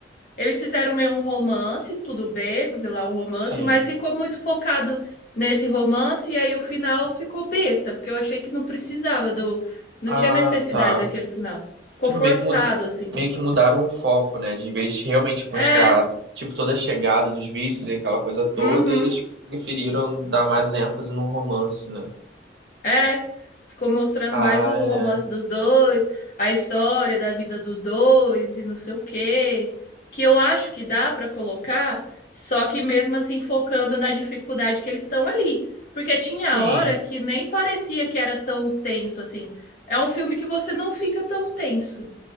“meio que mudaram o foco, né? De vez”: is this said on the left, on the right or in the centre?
Right